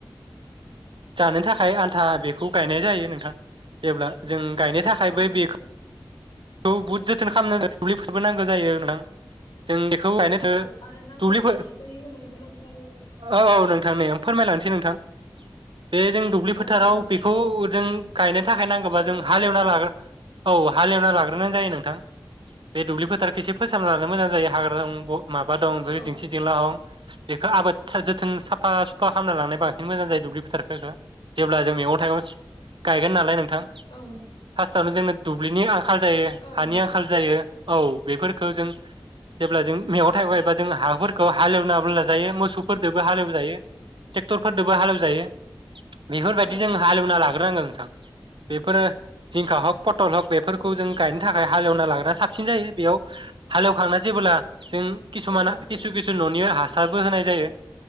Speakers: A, on the right; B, on the left.
A: जानो थाखाय आन्था बेखौ गायनाय जायो नोंथां जेब्ला जों गायनो थाखायबो
B: औ
A: बे
B: नंगौ
A: बहुद जोथोन खालामनांगौ दुब्लिफोरबोनांगौ जायो। होनां जों बेखौ गायनो थो
B: औ आरो नांगौ
A: दुब्लिफोर
B: बायदि दै होनो गोनां जायो
A: औ औ नोंथां नै फोरमायलांसै नोंथां। बे जों दुब्लि फोथाराव
B: औ बुंनो
A: बेखौ जों, गायनो थाखाय नांगौबा
B: औ
A: जों
B: फोरमाय
A: हालेवना
B: नोंथां
A: लाग्रो औ हालेवना लाग्रो जायो नोंथां बे दुब्लि फोथारखौ एसे फोसाबना लानो मोजां जायो हाग्रा दं ब माबा दं बै
B: औ
A: दिंसि जिंला हं बेखौ आबाद सो जोथोन साफा सुफा खालामामनानै लानाय बांसिन मोजां जायो दुब्लि फुथारखौ जेब्ला जों मैगं थाइगं सो गायगोन नालाय नों थां
B: औ
A: फार्स्टआवनो जोङो दुब्लिनि आंखाल जायो
B: औ
A: हानि
B: नंगौ
A: आंखाल जायो। औ बेफोरखौ जों जेब्ला जों मेगं थाइगं
B: औ
A: एबा जों हाफोर खौ हालेवनाबो लााजायो मोसौफोरदोबो हालेवजायो ट्रेक्टरफोरदोबो हालेवजायो। बेफोरबायदि
B: औ
A: जों
B: नंगौ
A: हालेवना लाग्रोनांगोन। बेफोरो जिंखा हग पटल हग बेफोरखौ
B: औ
A: जों गायनो थाखाय थाखाय हालेवना लाग्रा साबसिन जायो बेयाव हालेवखांना जेबोला जों खिसुमाना
B: औ नंगौ
A: खिसु खिसु न'निनो हास हासारबो होनाय जायो